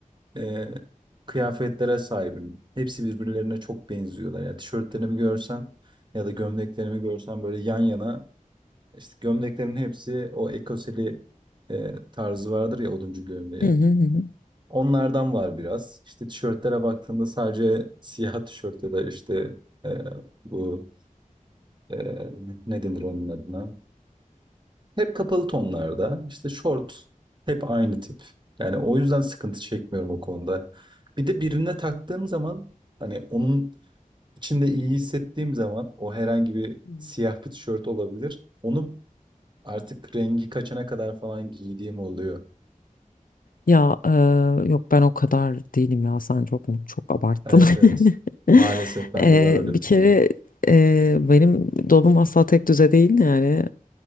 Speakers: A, on the right; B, on the left.
A: e, kıyafetlere sahibim. Hepsi birbirlerine çok benziyorlar. Ya tişörtlerimi görsen ya da gömleklerimi görsen böyle yan yana işte gömleklerin hepsi o ekoseli e, tarzı vardır ya oduncu gömleği.
B: Hı hı hı.
A: Onlardan var biraz. İşte tişörtlere baktığımda sadece siyah tişört ya da işte e, bu e, ne denir onun adına? Hep kapalı tonlarda. İşte short hep aynı tip. Yani o yüzden sıkıntı çekmiyorum o konuda. Bir de birine taktığım zaman hani onun içinde iyi hissettiğim zaman o herhangi bir
B: hı.
A: siyah bir tişört olabilir. Onu artık rengi kaçana kadar falan giydiğim oluyor.
B: Ya eee, yok ben o kadar değilim ya sen çok mu çok abarttın.
A: Evet
B: <laughs>
A: evet. Maalesef bende
B: Eee,
A: var öyle
B: bir
A: bir şey.
B: kere eee, benim dolabım asla tek düze değil yani